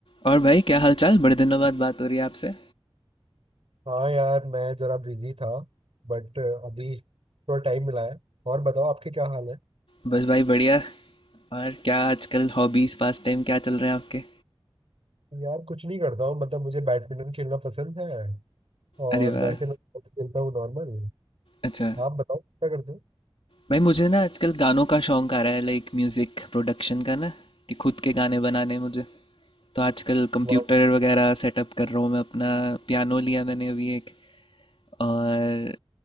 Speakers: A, on the left; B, on the right.
A: और भाई क्या हालचाल बड़े दिनों बाद बात हो रही है आपसे
B: हाँ यार मैं जरा बिजी था बट अभी थोड़ा टाइम मिला है और बताओ आपके क्या हाल है
A: बस भाई बढ़िया और क्या आजकल हॉबीज़ पास टाइम क्या चल रहे हैं आपके
B: यार कुछ नहीं करता हूँ मतलब मुझे बैडमिंटन खेलना पसंद है और
A: अरे वाह
B: वैसे मैं sports खेलता हूँ नॉर्मल
A: अच्छा
B: आप बताओ क्या करते हो
A: भाई मुझे ना आजकल गानों का शौक आ रहा है लाइक म्यूज़िक प्रोडक्शन का ना कि खुद के गाने बनाने मुझे तो आजकल कंप्यूटर
B: वाह
A: वगैरह सेटअप कर रहा हूँ मैं अपना पियानो लिया मैंने अभी एक और